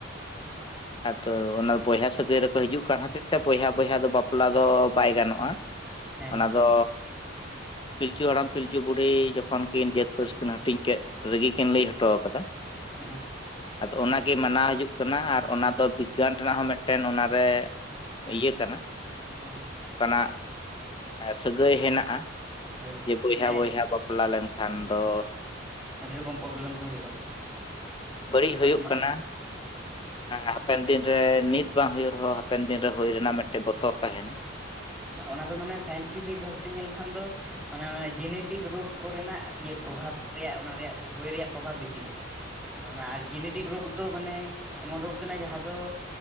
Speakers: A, on the left (about 25°); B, in the centre.
A: ᱟᱫᱚ ᱚᱱᱟ ᱵᱚᱭᱦᱟ ᱥᱟᱹᱜᱟᱹᱭ ᱨᱮᱠᱚ ᱦᱤᱡᱩᱜ ᱠᱟᱱ ᱦᱚᱛᱮᱫ ᱛᱮ ᱵᱚᱭᱦᱟ- ᱵᱚᱭᱦᱟ ᱫᱚ ᱵᱟ ᱵᱟᱯᱞᱟ ᱫᱚ ᱵᱟᱭ ᱜᱟᱱᱚᱜᱼᱟ
B: ᱦᱩᱸ ᱦᱮᱸ
A: ᱚᱱᱟ
B: ᱦᱮᱸ
A: ᱫᱚ ᱯᱤᱞᱪᱩ ᱦᱟᱲᱟᱢ-ᱯᱤᱞᱪᱩ ᱵᱩᱲᱦᱤ ᱡᱚᱠᱷᱚᱱ ᱠᱤᱱ ᱡᱟᱹᱛ ᱯᱟᱹᱨᱤᱥ ᱠᱤᱱ ᱦᱟᱹᱴᱤᱧ ᱠᱮᱫ ᱨᱮᱜᱮ ᱠᱤᱱ ᱞᱟᱹᱭ ᱦᱚᱴᱚ ᱟᱠᱟᱫᱟ᱾
B: ᱦᱩᱸ
A: ᱟᱫᱚ ᱚᱱᱟᱜᱮ ᱢᱟᱱᱟᱣ ᱦᱤᱡᱩᱜ ᱠᱟᱱᱟ ᱟᱨ ᱚᱱᱟ ᱫᱚ ᱵᱤᱜᱽᱜᱟᱱ ᱨᱮᱱᱟᱜ ᱦᱚᱸ ᱢᱤᱫᱴᱮᱱ ᱚᱱᱟᱨᱮ ᱤᱭᱟᱹ ᱠᱟᱱᱟ
B: ᱦᱩᱸ-ᱦᱩᱸ
A: ᱚᱱᱠᱟᱱᱟᱜ ᱥᱟᱹᱜᱟᱹᱭ ᱦᱮᱱᱟᱜᱼᱟ
B: ᱦᱳᱭ
A: ᱡᱮ ᱵᱚᱭᱦᱟ-ᱵᱚᱭᱦᱟ
B: ᱢᱟᱱᱮ
A: ᱵᱟᱯᱞᱟ ᱞᱮᱱᱠᱷᱟᱱ ᱫᱚ
B: ᱟᱹᱰᱤ ᱨᱚᱠᱚᱢ ᱯᱨᱚᱵᱽᱞᱮᱢ ᱠᱚ ᱦᱩᱭᱩᱜᱼᱟ᱾
A: ᱵᱟᱹᱲᱤᱡ ᱦᱩᱭᱩᱜ
B: ᱟᱢᱟᱜ
A: ᱠᱟᱱᱟ᱾
B: ᱦᱮᱸ᱾
A: ᱦᱟᱯᱮᱱ ᱫᱤᱱ ᱨᱮ ᱱᱤᱛ ᱵᱟᱝ ᱦᱩᱭᱩᱜ ᱨᱮᱦᱚᱸ ᱦᱟᱯᱮᱱ ᱫᱤᱱ ᱨᱮ ᱦᱩᱭ ᱨᱮᱱᱟᱜ ᱢᱤᱫᱴᱮᱱ ᱵᱚᱛᱚᱨ ᱛᱟᱦᱮᱱᱟ᱾
B: ᱚᱱᱟ ᱫᱚ ᱢᱟᱱᱮ ᱥᱟᱭᱮᱱᱴᱤᱯᱷᱤᱠ ᱵᱷᱟᱵᱛᱮ ᱧᱮᱞ ᱞᱮᱠᱷᱟᱱ ᱫᱚ ᱢᱟᱱᱮ ᱡᱮᱱᱮᱴᱤᱠ ᱨᱚᱜᱽ ᱠᱚ ᱨᱮᱱᱟᱜ ᱤᱭᱟᱹ ᱯᱨᱚᱵᱷᱟᱵᱽ ᱨᱮᱭᱟᱜ ᱚᱱᱟ ᱨᱮᱭᱟᱜ ᱦᱚᱭ ᱨᱮᱭᱟᱜ ᱯᱨᱚᱵᱷᱟᱵᱽ ᱵᱮᱥᱤᱜᱼᱟ ᱚᱱᱟ ᱟᱨ ᱡᱮᱱᱮᱴᱤᱠ ᱨᱚᱜᱽ ᱫᱚ ᱢᱟᱱᱮ ᱮᱢᱚᱱ ᱨᱳᱜᱽ ᱠᱟᱱᱟ ᱡᱟᱦᱟᱸ ᱫᱚ